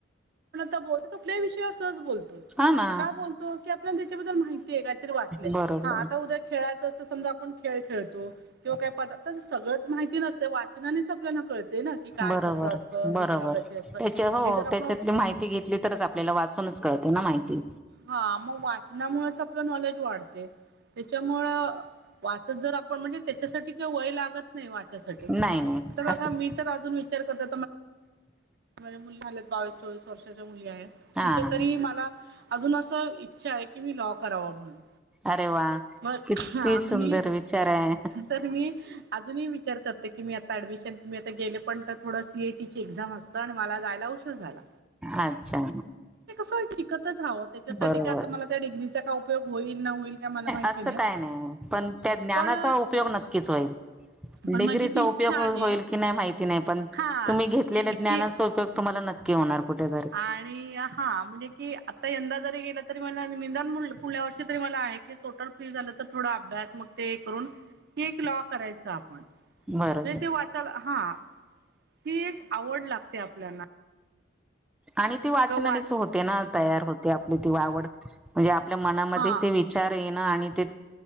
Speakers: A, on the right (about 60°); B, in the centre.
A: आपण आता बोलतो कुठल्या विषयावर सहज बोलतो
B: हा ना
A: का बोलतो की आपल्याला त्याच्याबद्दल माहिती आहे काहीतरी वाचलय
B: बरोबर
A: हा आता उद्या खेळायचं अस समजा आपण खेळ खेळतो किंवा काही पदार्थ सगळंच माहिती नसते वाचनानेच आपल्याला कळते ना की काय
B: बरोबर
A: कसं असतं
B: बरोबर
A: दुनिया कशी असतं
B: त्याच्या हो
A: हे जर आपण
B: त्याच्यातली माहिती घेतली तरच आपल्याला वाचूनच कळते ना माहिती
A: हा मग वाचनामुळेच आपलं नॉलेज वाढते त्याच्यामुळं वाचत जर आप पण म्हणजे त्याच्यासाठी वय लागत नाही वाचायसाठी आता
B: नाही नाही असं
A: बघा मी तर अजून विचार करते माझ्या मुली झाल्यात बावीस चोवीस वर्षाच्या मुली आहे
B: हा
A: ते तरी मला अजून असं इच्छा आहे की मी लॉ करावा म्हणून.
B: अरे वा.
A: म
B: किती
A: हा
B: सुंदर
A: तुम्ही
B: विचार आहे
A: तर मी अजूनही विचार करते की मी आता ऍडमिशन तुम्ही आता गेले पण तर थोडं सी ए टी चे एक्झाम असतं आणि मला जायला उशिर झाला.
B: अच्छा.
A: ते कसं शिकतच राहावं त्याच्यासाठी
B: बरोबर
A: काय आता मला त्या डिग्रीचा का उपयोग होईल ना होईल काय मला माहिती
B: असं
A: नाही.
B: काय नाही पण त्या ज्ञानाचा
A: पण
B: उपयोग नक्कीच होईल.
A: पण
B: डिग्रीचा
A: माझी ती इच्छा
B: उपयोग
A: आहे
B: होईल की नाही माहिती नाही पण
A: हा
B: तुम्ही घेतलेल्या ज्ञानाचा
A: की
B: उपयोग तुम्हाला नक्की होणार कुठे
A: आणि हां म्हणजे की आता यंदा जरी गेलं तरी मला निदान पुढल्या वर्षी तरी मला आहे की टोटल फ्री झालं तर थोडा अभ्यास मग ते करून केक लॉ करायच आपण.
B: बरोबर
A: म्हणे ते वाचाला हा ही एक आवड लागते आपल्याना.
B: आणि ती वाचनानेच
A: वाच
B: होते ना तयार होते आपली ती आवड म्हणजे आपल्या मनामध्ये
A: हां
B: ते वी चार येण आणि ते